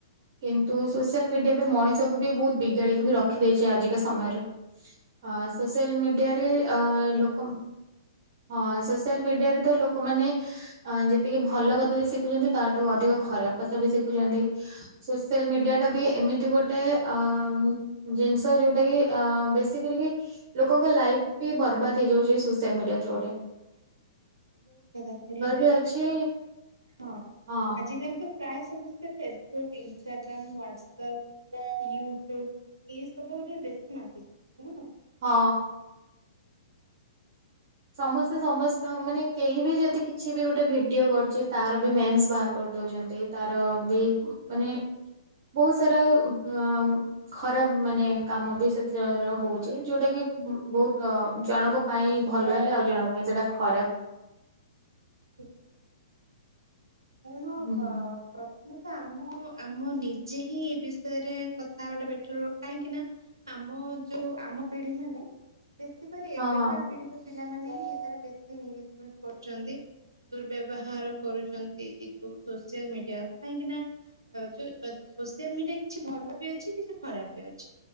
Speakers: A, on the right; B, on the right.
A: କିନ୍ତୁ ସୋସିଆଲ ମିଡିଆ ବି ମଣିଷ କୁ ବି ବହୁତ ବିଗାଡିକି ବି ରଖିଦେଇଛି ଆଜିକା ସମୟରେ। ଅ ସୋସିଆଲ ମିଡିଆରେ
B: ଠିକ କଥା
A: ଆ
B: କହିଲ
A: ଲୋକ ହଁ ସୋସିଆଲ ମିଡିଆରେ ତ ଲୋକମାନେ ଅ ଯେତିକି ଭଲ କଥା ବି ଶିଖୁଛନ୍ତି ତାଠୁ ଅଧିକ ଖରାପ କଥା ବି ଶିଖୁଛନ୍ତି। ସୋସିଆଲ ମିଡିଆ ଟା ବି ଏମିତି ଗୋଟେ ଆ ଉଁ ଜିନିଷ ଯୋଉଟା କି ଅ ବସି କରିକି ଲୋକଙ୍କ ଲାଇଫ୍ ବି ବର୍ବାଦ ହେଇଯାଉଚି ଏଇ ବିଷୟରେସୋସିଆଲ ମିଡିଆ ଥ୍ରୁରେ।
B: ଠିକ କଥା କହିଲେ ବେଶୀ
A: ବି ଅଛି
B: ତ ହଁ
A: ହଁ
B: ଆଜିକାଲି ତ ପ୍ରାୟ ସମସ୍ତେ ଫେସବୁକ୍ ଇଷ୍ଟାଗ୍ରାମ ହାଟ୍ସପ ୟୁଟ୍ୟୁବ ଏଇସବୁ ରେ ବେଶୀ ମାତିଛନ୍ତି ନୁହଁ।
A: ହଁ। ସମସ୍ତେ ସମସ୍ତ ମାନେ କେହି ବି ଯଦି କିଛି ବି ଗୋଟେ ଭିଡିଓ କରୁଚି ତାର ବି ମେନ୍ସ ବାହାର କରିଦଉଛନ୍ତି ତାର ବି
B: ଠିକ
A: ମାନେ ବହୁତ ସାରା ମାମ ଖରାପ ମାନେ କାମ ବି ସେଥୀରେ ହଉଚି ଯୋଉଟା କି ବହୁତ ଜଣଙ୍କ ପାଇଁ
B: କଥା
A: ଭଲ ହେଲେ ଆଉ ଜଣଙ୍କ ପାଇଁ ସେଇଟା ଖରାପ।
B: ଠ କ ଏଣ
A: ହୁଁ
B: ବା <inaudible> ପ୍ରଥମେତ ଆମ ଆମ ନିଜେ ହିଁ ଏ ବିଷୟରେ କଥା ହବାଟା ବେଟର କାହିଁକି ନା ଆମ ଯୋଉ ଆମ ପିଢି ମାନେ ବେଶୀ କରିରି
A: ହଁ
B: ଏବେକା
A: ହଁ
B: ପିଢି ପିଲାମାନେ ହିଁ ଏଥିରେ ମିସୟୁଜ କରୁଛନ୍ତି। ଦୁର୍ବ୍ୟବହାର କରୁଚନ୍ତି ଏଇ ଯୋଉ ସୋସିଆଲ ମିଡିଆକୁ କାହିଁକି ନା ଆଉ ଯୋଉ ଯ ସୋସିଆଲ୍ ମିଡିଆ କିଛି ଭଲ ବି ଅଛି କିଛି ଖରାପ ବି ଅଛି।